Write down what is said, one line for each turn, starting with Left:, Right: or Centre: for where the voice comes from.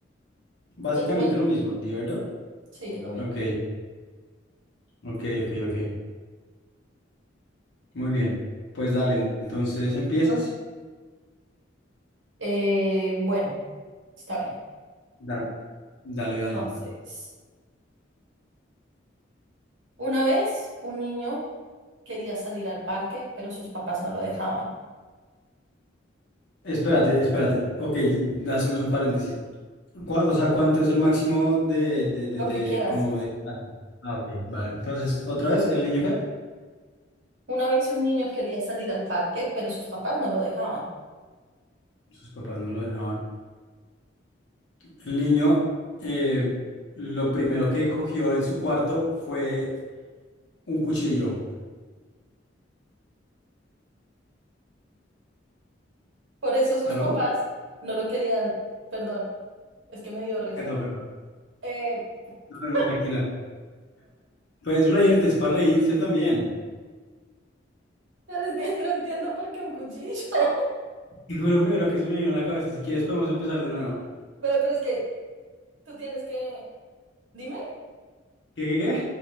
Left: Básicamente
Right: es lo mismo.
Left: lo mismo, ¿de verdad?
Right: Sí, es lo mismo.
Left: Ok, ok, ok, ok. Muy bien. Pues dale, entonces empiezas.
Right: Eh, bueno, está bien.
Left: Dale, dale,
Right: Entonces...
Left: dale.
Right: Una vez un niño quería salir al parque, pero sus papás no lo dejaban.
Left: Espérate, espérate. Ok, hacemos un paréntesis. Cua- O sea, ¿cuánto es el máximo de, de, de,
Right: Lo
Left: de-
Right: que quieras.
Left: como de... Ah, ok, vale. Entonces, otra vez, ¿el niño qué?
Right: Una vez un niño quería salir al parque, pero sus papás no lo dejaban.
Left: Sus papás no lo dejaban. El niño, eh, lo primero que cogió en su cuarto fue un cuchillo.
Right: Por eso sus
Left: ¿Aló?
Right: papás no lo querían. Perdón, es que me dio risa.
Left: Perdón, perdón.
Right: Eh, <laughs>
Left: No, no, tranquila. Puedes reírte, es para reírse también.
Right: pero es que <laughs> no entiendo por qué un cuchillo. <laughs>
Left: Y fue lo primero que se me vino a la cabeza. Si quieres, podemos empezar de nuevo.
Right: Ve, Pero es que tú tienes que... Dime.
Left: ¿Qué, qué, qué?